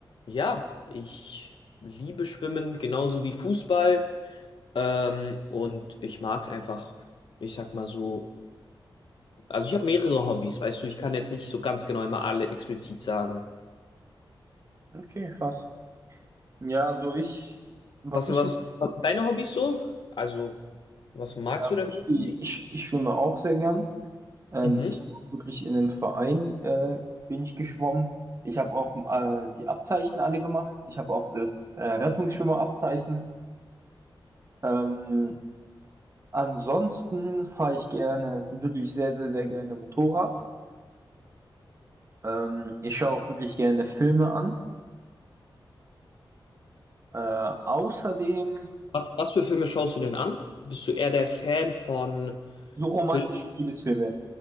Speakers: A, on the left; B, on the right.
A: ja, ich liebe Schwimmen genauso wie Fußball. Ähm, und ich mag es einfach, ich sag mal so. Also ich habe mehrere Hobbys, weißt du, ich kann jetzt nicht so ganz genau immer alle explizit sagen.
B: Okay, krass. Ja, also ich, was
A: Was,
B: ich
A: was,
B: mache,
A: was sind deine Hobbys so? Also, was magst
B: also
A: du denn
B: ich,
A: so
B: geh-
A: nicht?
B: ich, ich schwimme auch sehr gern. Ähm,
A: Mhm.
B: ich bin auch wirklich in einem Verein äh, bin ich geschwommen. Ich habe auch äh, die Abzeichen alle gemacht. Ich habe auch das äh, Rettungsschwimmerabzeichen. Ähm, ansonsten fahre ich gerne, wirklich sehr, sehr, sehr gerne Motorrad. Ähm, ich schaue auch wirklich gerne Filme an. Äh, außerdem
A: Was, was für Filme schaust du denn an? Bist du eher der Fan von
B: so romantische
A: Filmen?
B: Liebesfilme.